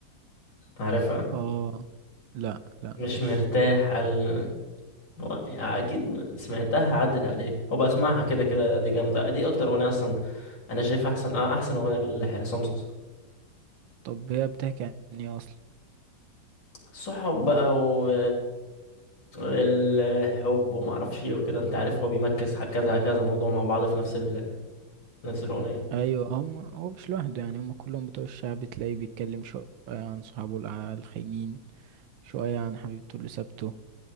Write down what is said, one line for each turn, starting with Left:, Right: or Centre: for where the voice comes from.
Left: عارفها
Right: اه لا لا
Left: مش
Right: مش
Left: مرتاح قال هو يعني اكيد سمعتها عدت عليك هو بسمعها كده كده دي جامده دي اكتر اغنيه اصلا انا شايفها احسن آه احسن اغنيه لحسام صوصه
Right: طب هي بتحكي عن ايه اصلا
Left: الصحاب بقى و الحب وما اعرفش ايه وكده انت عارف هو بيمكس ح- كذا كذا موضوع مع بعض في نفس ال... نفس الاغنيه
Right: ايوه هم هو مش لوحده يعني هم كلهم بتوع الشعب تلاقيه بيتكلم شوية عن صحابه الع- الخاينين شوية عن حبيبته اللي سابته